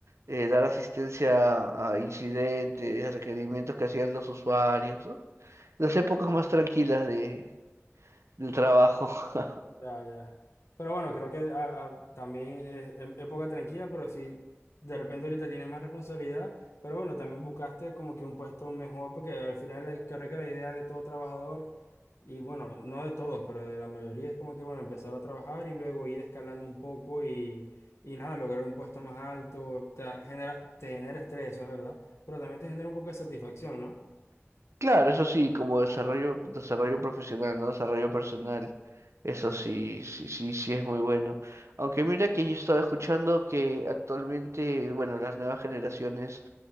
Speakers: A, on the right; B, on the left.
A: eh, dar asistencia a incidentes, requerimientos que hacían los usuarios, ¿no? Las épocas más tranquilas de, del trabajo. <laughs>
B: ya, ya. Pero bueno, creo que ah, ah, también eh, em- época tranquila, pero sí, de repente ahorita tienes más responsabilidad, pero bueno, también buscaste como que un puesto mejor, porque al final la- creo que la idea de todo trabajador Y bueno, no de todos, pero de la mayoría es como que, bueno, empezar a trabajar y luego ir escalando un poco y, y nada, lograr un puesto más alto, te da- genera, te genera estrés, eso es verdad, pero también te genera un poco de satisfacción, ¿no?
A: Claro, eso sí, como desarrollo, desarrollo profesional, ¿no? Desarrollo personal. Eso
B: Claro.
A: sí, sí, sí, sí es muy bueno. Aunque mira que yo estaba escuchando que actualmente, bueno, las nuevas generaciones